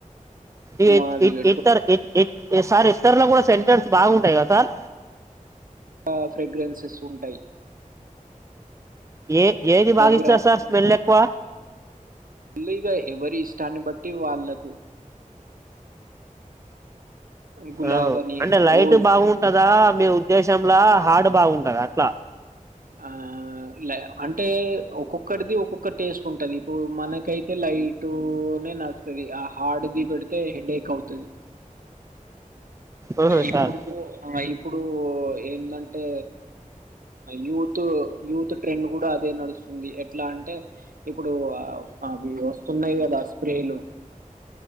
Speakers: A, on the right; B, on the right.
A: సుర్మ
B: ఏప్
A: అవి
B: ఎ
A: పెట్టుకో
B: ఎప్ ఎర ఎ సార్ ఎస్అర్ల గుడా సెంటర్స్ బాగుంటాయి గదా సార్
A: ఆ ఫ్రేగ్రెన్సెస్ ఉంటయ్
B: ఏ ఏది బాగిస్తరు
A: గురా
B: సార్ స్మెల్ ఎక్కువ
A: ఇలు ఇగ ఎవరి ఇష్టాన్ని బట్టి వాళ్ళకు గులాబ్
B: ఆ
A: అని
B: అంటే లైట్
A: రోజ్
B: బాంటదా మీ ఉద్దేశం శంలా హాడు బాగుంటది అట్ల
A: ఆ ట్ల అంటే ఒక్కొక్కరిది ఒక్కొక్క టేస్ట్ ఉంటది ఇప్పుడు మనకైత్ తే లైటూనె నచ్ తది ఆ హార్డ్ది పెడ్తే హెడేక్ ఔతది
B: ఆహా
A: ఇప్పుడు
B: సార్
A: ఇప్పుడూ ఏందంటే యూత్ యూత్ ట్రెండ్ గుడా అదే నడుస్తుంది ఎట్లా అంటే ఇప్పుడు అవి ఒస్తున్నాయ్ గదా స్ప్రేలు